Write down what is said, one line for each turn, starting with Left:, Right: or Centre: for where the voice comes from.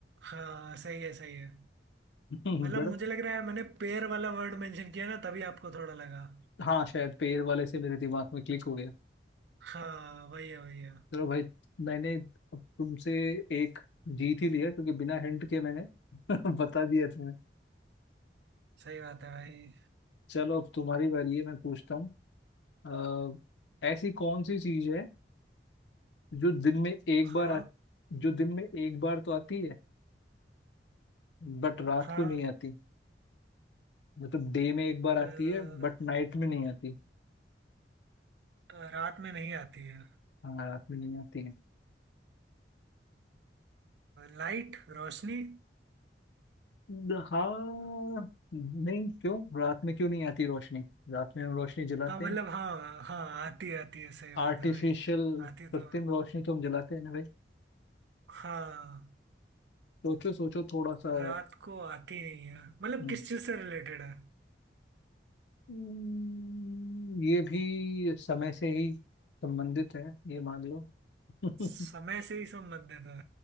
Right: हाँ सही है सही है
Left: <laughs>
Right: मतलब
Left: बड़ा
Right: मुझे लग रहा है मैंने पेड़ वाला वर्ड मेंशन किया ना तभी आपको थोड़ा लगा
Left: हाँ शायद पैर वाले से मेरे दिमाग में क्लिक हो गया
Right: हाँ वही है वही है
Left: चलो भाई मैंने अब तुमसे एक जीत ही लिया क्योंकि बिना हिंट के मैंने <laughs> बता दिया तुम्हें
Right: सही बात है भाई
Left: चलो अब तुम्हारी बारी है मैं पूछता हूँ अ, ऐसी कौन सी चीज है जो दिन में एक
Right: हाँ
Left: बार आ, जो दिन में एक बार तो आती है बट रात
Right: हाँ
Left: को नहीं आती मतलब डे में एक बार
Right: अ,
Left: आती है बट नाइट में नहीं आती
Right: अ, रात में नहीं आती है
Left: हाँ रात में नहीं आती है
Right: लाइट रोशनी
Left: द- हाँ नहीं क्यों रात में क्यों नहीं आती रोशनी रात में हम रोशनी जलाते
Right: हाँ मतलब
Left: हैं
Right: हाँ हाँ आती है आती है सही बात
Left: आर्टिफिशियल
Right: है भाई आती
Left: कृत्रिम
Right: तो
Left: रोशनी तो हम जलाते हैं ना भाई
Right: हाँ
Left: सोचो सोचो थोड़ा सा
Right: रात को आती नहीं है मतलब
Left: हम्म,
Right: किस चीज से रिलेटेड है
Left: हम्म, ये भी समय से ही संबंधित है ये मान लो <laughs>
Right: समय से ही संबंधित है